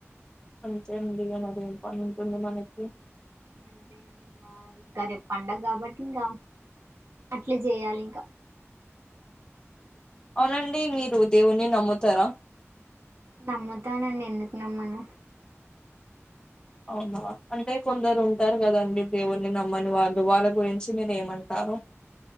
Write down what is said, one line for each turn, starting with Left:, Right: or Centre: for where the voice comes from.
Left: అంతే అండి ఇగ మరి ఎం
Right: ఉమ్,
Left: పని ఉంటుంది మనకి
Right: అంతే అండి ఇంగ ఇక రేపు పండగ కాబట్టి ఇంకా అట్లే జెయాలి ఇంకా
Left: అవునండి
Right: ఉమ్,
Left: మీరు దేవున్ని నమ్ముతారా
Right: నమ్ముతానండి ఎందుకు నమ్మను
Left: అవునా అంటే కొందరు ఉంటారు కదండి దేవుని నమ్మని వాళ్ళు వాళ్ళ గురించి మీరు ఏమంటా రు